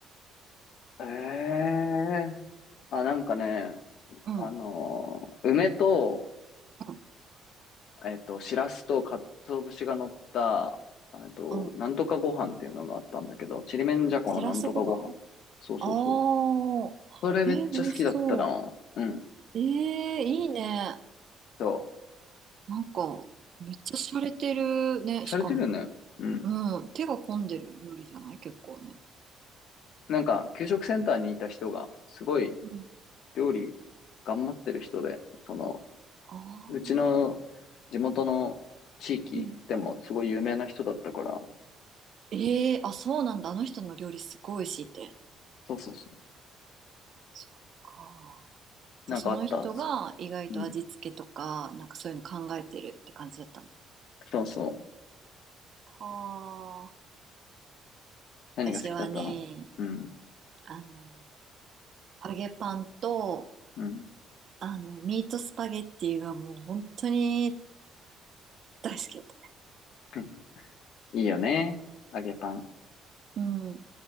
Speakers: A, on the left (about 70°); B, on the right (about 50°).
A: ええあ、なんかね、
B: うん、
A: あのー、梅と、
B: うん、
A: えっと、しらすと鰹節が乗った、えっと、
B: うん。
A: なんとかご飯っていうのがあったんだけど、ちりめんじゃこのなんとかご飯。
B: しらすご飯
A: そうそうそう。
B: あ
A: それめっちゃ好きだったな。
B: ー、えー、美味しそ
A: うん。
B: う。えー、いいね。
A: そ
B: なんか、めっちゃ洒落てるね、
A: う。しゃれてるよね。
B: しかも。
A: うん。
B: うん、手が込んでる料理じゃない結構ね。
A: なんか、給食センターにいた人が、すごい
B: うん。
A: 料理頑張ってる人で、その、
B: あー。
A: うちの地元の地域でもすごい有名な人だったから、
B: うんええあ、そうなんだ。あの人の料理すごい美味しいって。
A: そうそうそう。
B: そっか。じゃあその人が意外と味付けとか、
A: なんかあったっす。うん。
B: なんかそういうの考えてるって感じだったんだ。
A: そうそう。
B: はあ。
A: 何が好きだったのうん。
B: 私はね、あの、揚げパンと、
A: うん。
B: あの、ミートスパゲッティがもう本当に大好きだったね。
A: <laughs> いいよね。揚げパン。
B: うん。